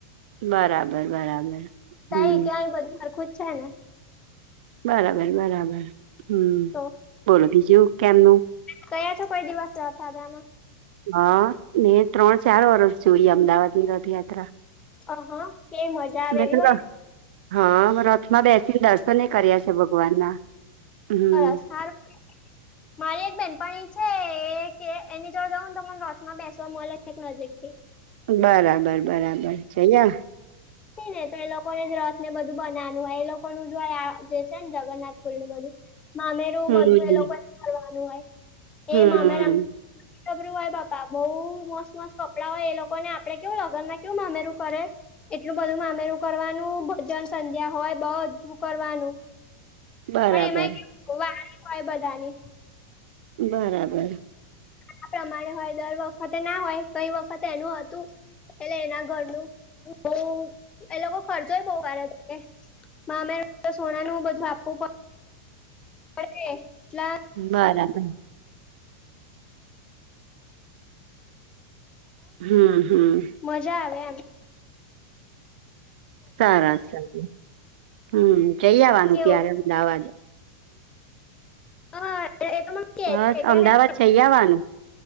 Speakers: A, on the right; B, on the left.
A: બરાબર બરાબર
B: તઈ
A: હમ
B: ક્યાંય બધું માર ખું જ છે ને
A: બરાબર બરાબર હમ
B: તો
A: બોલો બીજું કેમનું
B: કયા છો કોઈ દિવસ હતા હતા એમાં
A: હા મેને ત્રણ ચાર વરષ જોઈએ અમદાવાદની રથયાત્રા
B: અ હા કેવી મજા આવે
A: મેં
B: એવી
A: તો
B: હોય
A: ર હા રથમાં બેસીને દર્શને કર્યા છે ભગવાન ના હમ
B: બ સાર મારી એક બેહેનપ એ છે એની જો જઉું ને તોને રોથમાં બેસવા મળે એક નજીક થી
A: બરાબર બરાબર છેયા
B: હ ને તો એ લોકોને જ રથ ને બધું બનાવાનું હોય એ લોકો ન જો આ જે છે ને જગન્નાથ પુરી નું બધું મામેરું
A: હમ
B: બધું એ લોકોને કરવાનું હોય
A: હમ
B: એ મામેરામાં ર હોય બાપા બહઉ મસ્ત મસ્ત કપડાં હોય એ લોકો ને આપડે કેવું લખ ના કેવું મામ રું કરે એટલું બધું મામેરું કરવાનું ભજન સંધ્યા હોય બધું કરવાનું
A: બરાબર
B: પણ એમાં વારી હોય બધાની
A: બરાબર
B: આ પ્રમાણે હોય દર વખતે ના હોય કઈ વખતે એનું હતું એટલે એના ઘરનું બઉ એ લોકો ખર્ચોય બહ વારે ત મામે તો સોનાનું બધું આપવું પડે બટલા
A: બરાબર હમ હમ
B: બઉ મજા આવે આમ
A: સારસ સરાર હમ જઈ આવવાનું
B: કેવું
A: ત્યારે અમદાવાદ હ
B: હ એ તો કે
A: બસ
B: છે કે
A: અમદાવાદ
B: હે,
A: જઈ આવવાનું